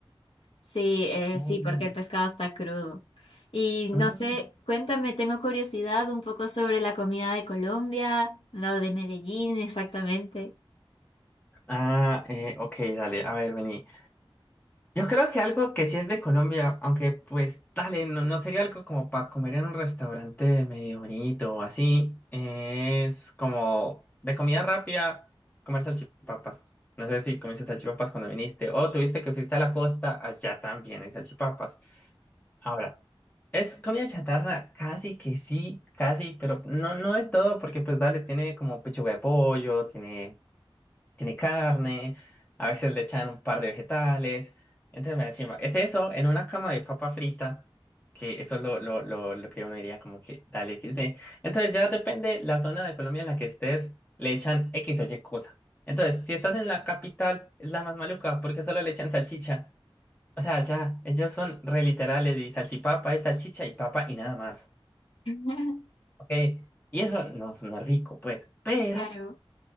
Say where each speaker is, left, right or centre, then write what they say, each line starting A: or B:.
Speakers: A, on the left; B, on the left.
A: sí, eh,
B: Mm.
A: sí, porque el pescado está crudo. Y no
B: Mm.
A: sé, cuéntame, tengo curiosidad un poco sobre la comida de Colombia, lo de Medellín exactamente.
B: Ah, eh, ok, dale, a ver, vení. Yo creo que algo que sí es de Colombia, aunque pues dale, no, no sería algo como para comer en un restaurante medio bonito o así, es como de comida rápida, comer salchipapas. No sé si comiste salchipapas cuando viniste o tuviste que fuiste a la costa, allá también hay salchipapas. Ahora, es comida chatarra, casi que sí, casi, pero no, no del todo, porque pues dale, tiene como pechuga de pollo, tiene tiene carne, a veces le echan un par de vegetales. Entonces me la chimba. Es eso, en una cama de papa frita, que eso es lo, lo, lo, lo que uno diría como que dale equis de Entonces ya depende la zona de Colombia en la que estés, le echan X o Y cosa. Entonces, si estás en la capital, es la más maluca, porque solo le echan salchicha. O sea, ya, ellos son re literales y salchipapa es salchicha y papa y nada más.
A: <laughs>
B: ¿Ok? Y eso no, no es rico, pues. Pero
A: Claro.